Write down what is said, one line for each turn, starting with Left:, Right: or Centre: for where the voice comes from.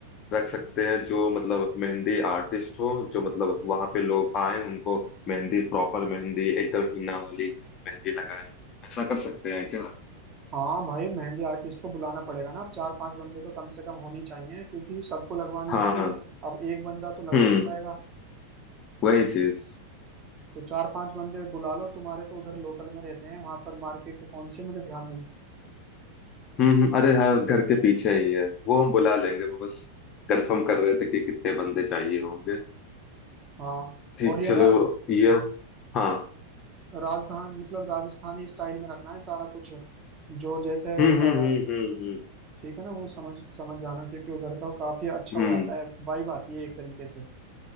Left: रख सकते हैं जो मतलब मेहंदी आर्टिस्ट हो जो मतलब वहां पे लोग आए उनको मेहंदी प्रॉपर मेहंदी एकदम हिना वाली मेहंदी लगाए ऐसा कर सकते हैं क्या
Right: हाँ भाई मेहंदी आर्टिस्ट को बुलाना पड़ेगा ना अब चार पांच बंदे तो कम से कम होने ही चाहिए क्योंकि सबको लगवानी
Left: हाँ
Right: होती है अब एक बंदा तो लगा
Left: हम्म
Right: नहीं पाएगा
Left: वही चीज
Right: तो चार पांच बंदे बुला लो तुम्हारे तो उधर लोकल में रहते हैं वहां पर मार्केट कौन सी है, मुझे ध्यान नहीं
Left: हम्म हम्म, अरे हाँ घर के पीछे ही है वो हम बुला लेंगे वो बस कंफर्म कर रहे थे कि कितने बंदे चाहिए होंगे
Right: हाँ
Left: ठीक
Right: और ये
Left: चलो
Right: ना
Left: ये हाँ
Right: राजधान मतलब राजस्थानी स्टाइल में रखना है सारा कुछ जो जैसे
Left: हम्म
Right: अ,
Left: हम्म हम्म
Right: ठीक है ना वो समझ समझ जाना क्योंकि उधर का काफी अच्छा
Left: हम्म
Right: वो
Left: हम्म
Right: आता है वाइब आती है एक तरीके से